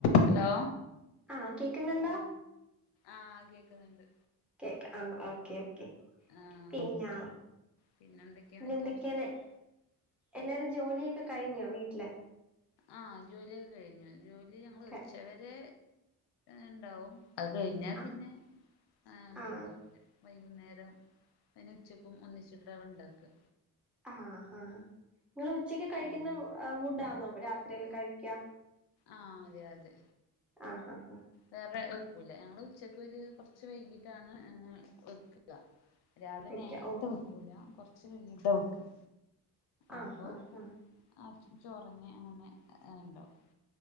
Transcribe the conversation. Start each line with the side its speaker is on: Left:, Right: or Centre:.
Left: ഹലോ
Centre: ആ കേക്കുന്നുണ്ടോ?
Left: ആ കേക്കുന്നുണ്ട്.
Centre: കേ ആ ഓക്കെ ഓക്കേ
Left: ആഹ്
Centre: പിന്നെ
Left: പിന്നെ എന്തൊക്കെയാന്നിട്ട്
Centre: പിന്നെന്തൊക്കെണ്
Left: വിശേഷം
Centre: എല്ലാരും ജോലിയൊക്കെ കഴിഞ്ഞോ വീട്ടിലെ?
Left: ആഹ ജോലിയൊക്കെ കഴിഞ്ഞു ജോലി ഞങ്ങൾ
Centre: ക
Left: ഉച്ച വരെ ഉണ്ടാവും. അത് കഴിഞ്ഞാ
Centre: ആ
Left: പിന്നെ ഒന്നും
Centre: ആ
Left: ഉണ്ടാവില്ല. വൈകുന്നേരം പിന്നെ ഉച്ചക്കും ഒന്നിച്ചിട്ടാ ഉണ്ടാക്കാ.
Centre: ആഹ് ഹാ ഹാ നിങ്ങൾ ഉച്ചക്ക് കഴിക്കുന്ന
Left: ഉം
Centre: ഫുഡാണോ രാത്രിയിൽ കഴിക്കാ?
Left: ആഹ അതെ അതെ
Centre: ആഹാ ഹാ ഹാ.
Left: വേറെ വെക്കൂല്ല ഞങ്ങള് ഉച്ചക്ക് ഒരു കുറച്ച് വൈകിട്ടാണ് വെക്കുക. രാവിലെ
Centre: വെക്ക
Left: നേരത്തെ
Centre: ഓ
Left: വെക്കൂല കൊറച്ച് വൈകിട്ടാ വെക്കാ
Centre: ആ
Left: അപ്പൊ.
Centre: ഹാ ഹാ
Left: ആ ചോറഞ്ഞെ അങ്ങനെ ഉണ്ടാവും.